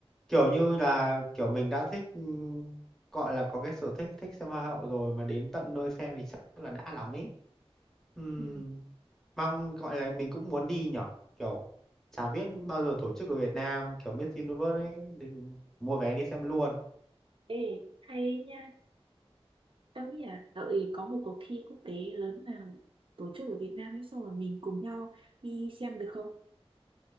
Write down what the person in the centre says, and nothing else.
kiểu như là kiểu mình đã thích ừ, gọi là có cái sở thích thích xem hoa hậu rồi mà đến tận nơi xem thì chắc là đã lắm ấy Ừm,
mong gọi là mình cũng muốn đi nhở kiểu chả biết bao giờ tổ chức ở Việt Nam kiểu Miss Universe ấy nên mua vé đi xem luôn